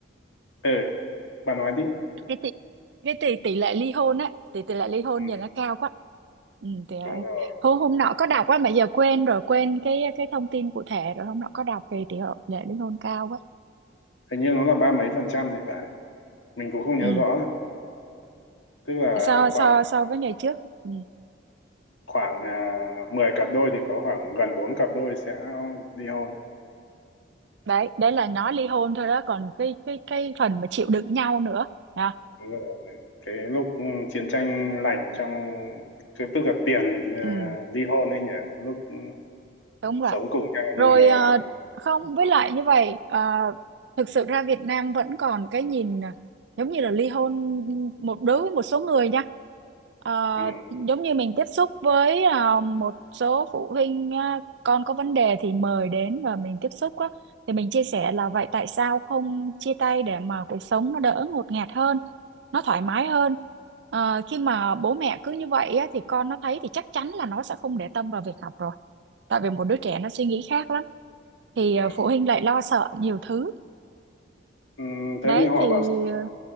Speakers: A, on the left (about 85°); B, on the right (about 65°).
A: ừ, bạn nói đi.
B: cái tỷ cái tỷ tỷ lệ ly hôn á tỷ tỷ lệ ly hôn
A: Ừ.
B: giờ nó cao quá ừ, thì, à,
A: đúng rồi
B: hôm hôm nọ có đọc á mà giờ quên rồi quên cái cái thông tin cụ thể rồi hôm nọ có đọc về tỷ lệ ly hôn cao quá
A: hình như nó là ba mấy phần trăm thì phải mình cũng không nhớ
B: ừ.
A: rõ đâu tức là
B: so
A: khoảng
B: so so với ngày trước ừ.
A: khoảng là 10 cặp đôi thì có khoảng gần 4 cặp đôi sẽ ly hôn
B: đấy đấy là nói ly hôn thôi đó còn cái cái cái phần mà chịu đựng nhau nữa Đó.
A: Đúng rồi. cái lúc ừ, chiến tranh lạnh trong cái- tức là tiền à,
B: ừ.
A: ly hôn ấy nhỉ lúc ừ,
B: đúng rồi
A: sống cùng nhau nhưng
B: Rồi
A: mà
B: ờ, không với lại như vậy ờ, thực sự ra Việt Nam vẫn còn cái nhìn ờ, giống như là ly hôn một đối với một số người nha Ờ,
A: ừ,
B: giống như mình tiếp xúc với ờ, một số phụ huynh ờ, con có vấn đề thì mời đến và mình tiếp xúc á thì mình chia sẻ là vậy tại sao không chia tay để mà cuộc sống nó đỡ ngột ngạt hơn nó thoải mái hơn Ờ, khi mà bố mẹ cứ như vậy á, thì con nó thấy thì chắc chắn là nó sẽ không để tâm vào việc học rồi tại vì một đứa trẻ nó suy nghĩ khác lắm thì
A: ừ,
B: ờ, phụ huynh lại lo sợ nhiều thứ
A: ừ, thế
B: đấy
A: thì họ
B: thì
A: bảo sao?
B: ờ,